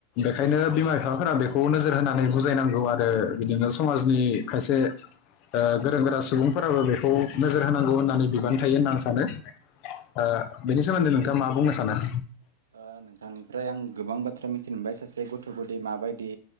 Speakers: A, on the left; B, on the right.
A: ओंखायनो बिमा बिफफोरा बेखौबो नोजो जोर होनानै बुजायनांगौ आरो बिदिनो समाजनि खायसे ओ गोरों गोरा सुबुंफोराबो बेखौ नोजोर होनांगौ होननानै बिबान थायो होनना आं सा नो ओ बेनि सोमोन्दै नोंथाङा मा बुंनो सानो?
B: ओ नोंथांनिफ्राय आं गोबां बाथ्रा मिथिनो मोनबाय सासे गथ'खौदि माबायदि